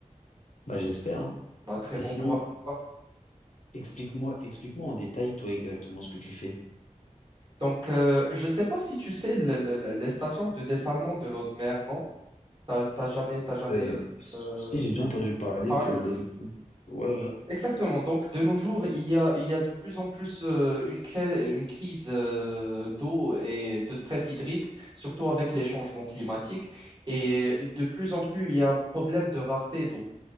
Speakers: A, on the left; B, on the right.
A: Bah j'espère, hein.
B: Bah, très
A: Mais
B: bon
A: sinon,
B: courage à toi.
A: explique-moi, explique-moi en détail, toi, exactement ce que tu fais.
B: Donc, euh, je ne sais pas si tu sais le- le- le- les stations de dessalement de l'eau de mer, non? T'as, t'as jamais, t'as jamais
A: Euh, s-
B: euh,
A: si j'ai déjà entendu parler
B: parlé?
A: que l'autre... Ouais, ouais.
B: Exactement. Donc, de nos jours, il y a, il y a de plus en plus euh, une, cré- une crise euh, d'eau et de stress hydrique, surtout avec les changements climatiques. Et de plus en plus, il y a un problème de rareté d'eau.